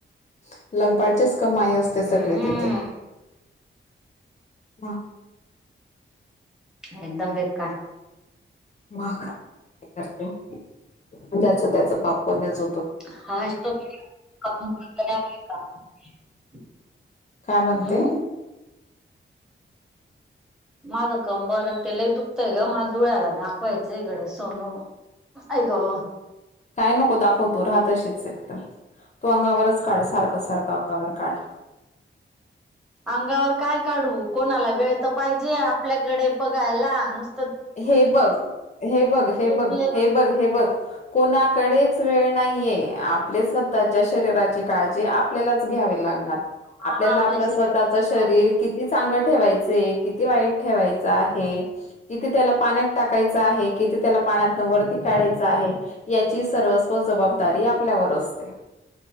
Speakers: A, on the left; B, in the centre.
A: <unintelligible> चीच कमाई असते सगळी
B: हम्म
A: तिथे. हा.
B: एकदम बेकार.
A: मग करते की ज्याच त्याच पाप पुण्यच
B: <unintelligible>
A: काय म्हणते?
B: हम्म माझं कंबर आणि त्यालाही दुखतंय ग मला धुळ्याला दाखवायचं इकडे सोनू आई ग.
A: काय नको दाखव तू रहा तशीच एक तर. तू अंगावरच काढ सारखं सारखं अंगावर काढ.
B: अंगावर काय काढू कोणाला वेळ तर पाहिजे आपल्याकडे बघायला नुस
A: हे बघ हे बघ हे बघ
B: झोपलेला
A: हे बघ हे बघ. कोणाकडेच वेळ नाहीे आहे आपले स्वतःच्या शरीराची काळजी आपल्यालाच घ्यावी लागणार.
B: हा
A: आपल्याला
B: आपल्या
A: आपलं
B: शरीरात
A: स्वतःच शरीर कित किती चांगल ठेवायचं हाय, किती वाईट ठेवायचं आहे. किती त्याला पाण्यात टाकायचं आहे, किती त्याला पाण्यातनं वरती काढायचं आहे. याची सर्वस्व जबाबदारी आपल्यावर असते